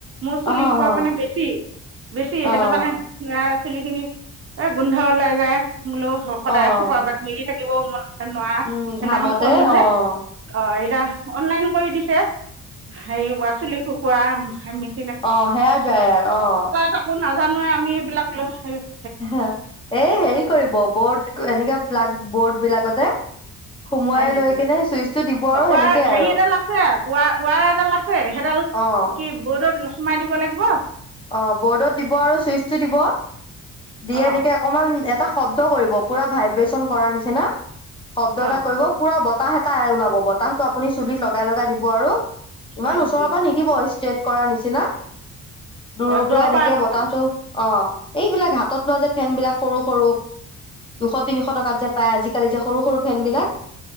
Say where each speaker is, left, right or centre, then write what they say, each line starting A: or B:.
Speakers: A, on the right; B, on the left.
A: মোৰ
B: অ',
A: চুলি
B: অ',
A: সোপা মানে বেছি বেছি
B: অ',
A: সেইটো কাৰণে, অ চুলি খিনি, এ গোন্ধ ওলাই যায়। বোলোঁ সদায়
B: অ',
A: সোপা বাট মিলি থাক এই মই <unintelligible> হেৰোৱা,
B: উম,
A: সেইদিনাখন
B: ঘামতে
A: ক'লোঁ যে
B: অ',
A: অ এতিয়া অনলাইন কৰি দিছে। হাৰেৱা চুলি শুক খোৱা আমি <inaudible>
B: অঁ সেয়া যায় আৰু অঁ
A: তাকো নাজানোৱে আমি ধ্বনিবোৰ স্পষ্ট নহয়।
B: হা, এ হেৰি কৰিব ব'ত এনেকে। প্লাগ, বোৰ্ড বিলাকতে। সুমুৱাই
A: হয় নেকি
B: লৈ কেনে চুইচটো দিব আৰু সেনেকে
A: ৱাৰ হেৰি
B: আৰু
A: এডাল আছে ৱাৰ ৱাৰ এডাল আছে সেইডাল
B: অ',
A: কি বৰ্ডত সোমাই দিব লাগিব
B: অ বৰ্ডত দিব আৰু চুইচটো দিব
A: অঁ
B: দিয়ে নেকি অকণমান এটা শব্দ কৰিব পূৰা ভাইব্ৰেচন কৰাৰ নিচিনা শব্দ
A: অঁ
B: এটা কৰিব পূৰা বত বতাহ এটা ওলাব বতাহটো আপুনি চুুলিত লগাই লগাই দিব আৰু
A: হয়
B: ইমান
A: নেকি
B: ওচৰৰ পৰা নিদিব ষ্টেট কৰা নিচিনা দূৰৰ
A: অঁ
B: পৰা এনেকে
A: আনিম
B: বতাহটো
A: আৰু
B: অঁ এইবিলাক হাতত লোৱা যে ফেন বিলাক সৰু সৰু দুশ তিনিশ
A: অঁ
B: টকাত যে পায় আজি এই যে সৰু সৰু ফেন বিলাক